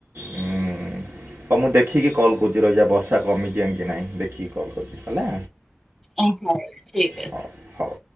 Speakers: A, on the right (about 65°); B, in the centre.
A: ହୁଁ ହୋଉ ମୁଁ ଦେଖିକି କଲ୍ କରୁଚି ରହିଯା ବର୍ଷା କମିଚି ଏମିତି କି ନାଇଁ ଦେଖିକି କଲ୍ କରଚି ହେଲା।
B: ଆ ହୋଉ ଠିକ ଅ
A: ହଉ ହଉ